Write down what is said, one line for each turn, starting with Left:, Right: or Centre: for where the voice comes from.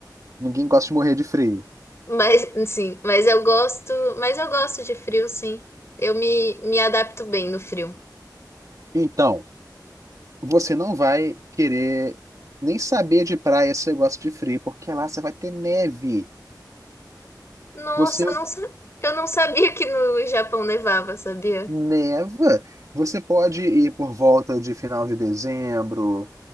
Right: ninguém gosta de morrer de frio.
Left: Mas sim, mas eu gosto, mas eu gosto de frio, sim. Eu me, me adapto bem no frio.
Right: Então, você não vai querer nem saber de praia se você gosta de frio, porque lá você vai ter neve.
Left: Nossa,
Right: Você
Left: eu não, sa- eu não sabia que no Japão nevava, sabia?
Right: neva, você pode ir por volta de final de dezembro,